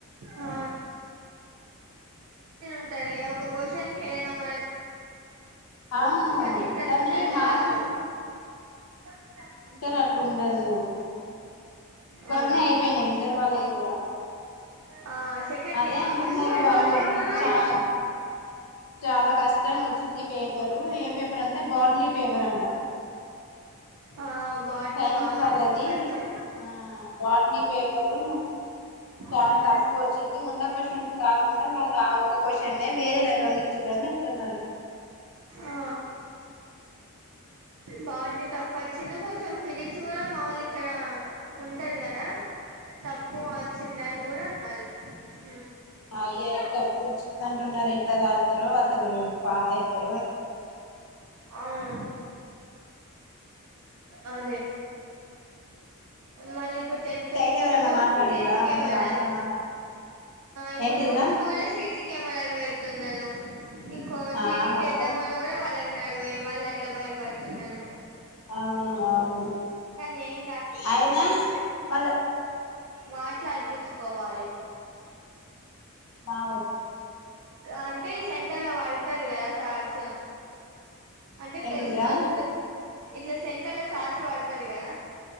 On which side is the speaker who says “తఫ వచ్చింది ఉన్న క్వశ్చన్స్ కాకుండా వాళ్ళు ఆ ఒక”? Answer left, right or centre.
Left